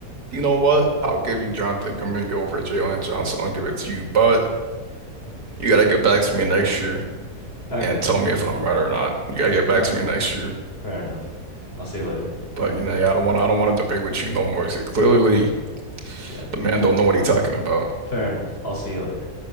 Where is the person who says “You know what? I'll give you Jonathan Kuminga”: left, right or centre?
Right